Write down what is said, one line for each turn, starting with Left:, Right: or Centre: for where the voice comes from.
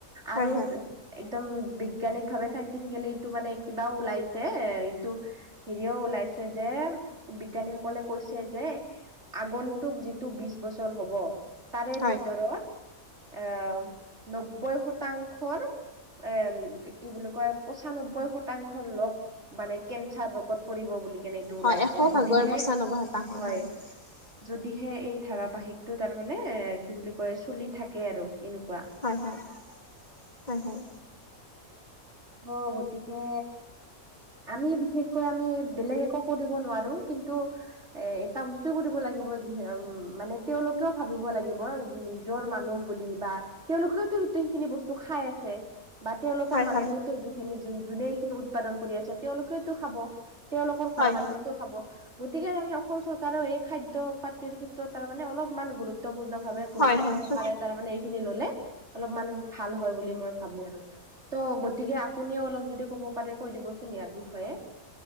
Left: হয়
Right: আৰু
Left: হয়
Right: একদম বিজ্ঞানিক ভাৱে, চাইণ্টিফিকেলি ইটো মানে কিবাও ওলাইছে, এইটো হেৰিওঁ ওলাইছে যে, বিজ্ঞানীসকলে কৈছে যে আগন্তুক যিটো বিশ বছৰ হব, তাৰেই
Left: হয়
Right: ভিতৰত আহ, নব্বৈ শতাংশৰ এ কি বুলি কয়? পচানব্বৈ শতাংশ লোক মানে কেঞ্চাৰ ৰোগত পৰিব বুলি কেনে এইটো
Left: হয়
Right: ওলাইছে,
Left: এশ
Right: যদিহে,
Left: ভাগৰ পঁচান্নব্বৈ শতাংশ
Right: হয়।
Left: <inaudible>
Right: যদিহে এই ধাৰাবাহিকতটো তাৰমানে এ কি বুলি কয়? চলি থাকে আৰু, এনেকুৱা।
Left: হয় হয়, হয় হয়।
Right: অ', গতিকে আমি বিশেষকৈ আমি, বেলেগ একো কৰিব নোৱাৰো কিন্তু এ এটা বস্তু কৰিব লাগিব, যি উম, মানে তেওঁলোকেও ভাবিব লাগিব নিজৰ মানুহ বুলি বা, তেওঁলোকেও সেইটো সেইখিনি বস্তু খাই আছে। বা তেওঁলোকৰ
Left: হয়
Right: মানুহেইটো
Left: হয় হয়
Right: যোনখিনি, যোনে এইখিনি উৎপাদন কৰি আছে, তেওঁলোকেওটো খাব। তেওঁলোকৰ
Left: হয়
Right: ঘৰৰ মানুহেউটো খাব। গতিকে তাৰমানে অসম চৰকাৰেও এই খাদ্য পাতিৰ ক্ষেত্ৰত তাৰমানে অলপমান গুৰুত গুৰুত্বপূৰ্ণভাৱে,
Left: হয়
Right: গুৰুত্ব
Left: হয় হয়
Right: সহকাৰে
Left: চ
Right: তাৰমানে এইখিনি ললে, অলপমান ভাল হয় বুলি মই ভাবো আৰু। ত' গতিকে আপুনিও অলপ যদি ক'ব পাৰে, কৈ দিবচোন ইয়াৰ বিষয়ে।